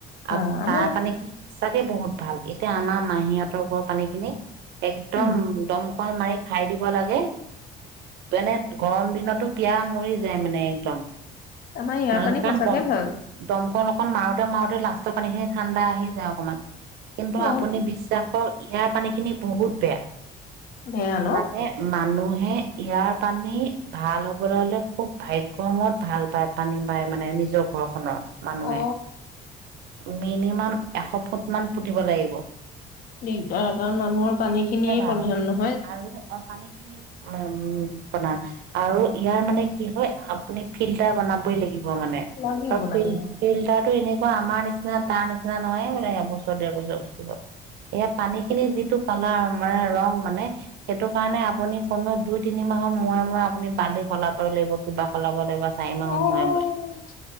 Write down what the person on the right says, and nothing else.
আৰু
তাৰ পানী খিনি চাকে বহুত ভাল এতিয়া আমাৰ মাহীহঁতৰ পানীখিনি একদম
একদম অকণ মাৰি খাই দিব লাগে যেনে গৰম দিনতো পিয় মৰি যায় মানে একদম।
কাৰণ
দম
দমকল অকণ মাৰোতে মাৰোতে লাষ্টৰ পানীখিনি ঠাণ্ডা আহি যায় অকনমান। কিন্তু
আপুনি বিশ্বাসক ইয়াৰ পানী খিনি বহুত বেয়া
মানে মানুহে ইয়াৰ পানী ভাল হ'বলৈ হ'লে খুব ভাগ্যৰমত ভাল পায় পানী বাাই মানে নিজৰ ঘৰখনৰ। মানুহে
উ মিনিমাম এশ ফুট মান পুতিব লাগিব।
তেতিয়াই
ভাল
হ'ব আৰু অ' পানী খিনি। উ উ বনাম আৰু ইয়াৰ মানে কি হয় আপুনি ফিল্টাৰ বনাবই লাগিব। মানে
আৰু ফিল,
ফিল্টাৰটো এনে আমাৰ নিচিনা তাৰ নিচিনা নহয়, এইবোলে এবছৰ, দেৰবছৰ গুছি এয়া পানীখিনি যিটো কালাৰ মানে ৰং মানে সেইটো কাৰণে আপুনি কমেও দুই, তিনি মাহৰ মোয়ে, মোয়ে আপুনি বালি সলাবই লাগিব, কিবা সলাব লাগিব চাৰি মাহৰ
মূৰে মূৰে